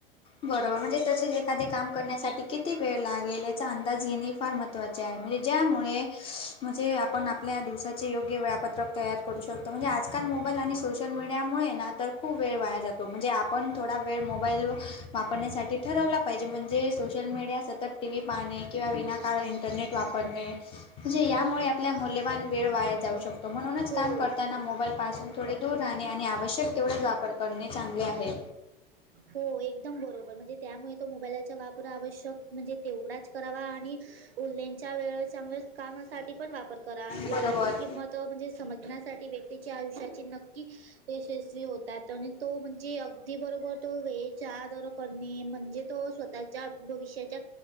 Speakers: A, on the left; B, on the right.
A: बरोबर म्हणजे तसेच एखादे काम करण्यासाठी किती वेळ लागेल. याचा अंदाज येणे फार महत्त्वाचे आहे. म्हणजे ज्यामुळे म्हणजे आपण आपल्या दिवसात चे योग्य वेळापत्रक तयार करू शकतो म्हणजे आजकाल मोबाईल आणि सोशल मीडियामुळे ना तर खूप वेळ वाया जातो म्हणजे आपण थोडा वेळ मोबाईल व वापरण्यासाठी ठरवला. पाहिजे म्हणजे, सोशल मीडिया सतत टीव्ही पाहणे किंवा विनाकारण इंटरनेट वापरणे. म्हणजे यामुळे आपल्या मूल्यवान वेळ वाया जाऊ शकतो, म्हणूनच
B: हो
A: काम करताना मोबाईल पासून थोडे दूर राहणे आणि आवश्यक तेवढाच वापर करणे चांगले आहे.
B: हो एकदम बरोबर म्हणजे त्यामुळे तो मोबाईलाचा वापरा आवश्यक म्हणजे तेवढाच करावा आणि उरलेंच्या वेळ चांगल्या कामासाठी पण वापर करा आणि वेळेची
A: बरोबर
B: किंमत त म्हणजे समजण्यासाठी व्यक्तीच्या आयुष्याची नक्की यशस्वी होतात आणि तो म्हणजे अगदी बरोबर तो वेळेचा आदर करणे म्हणजे तो स्वतः च्या भविष्याच्या